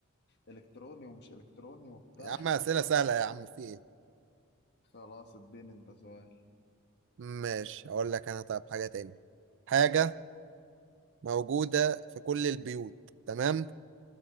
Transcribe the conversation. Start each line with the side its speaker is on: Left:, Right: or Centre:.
Left: إلكتروني ومش إلكتروني وبتاع
Right: يا عم
Left: <laughs>
Right: أسئلة سهلة يا عم في إيه
Left: خلاص اديني أنت سؤال
Right: ماشي أقول لك أنا طب حاجة تاني حاجة موجودة في كل البيوت تمام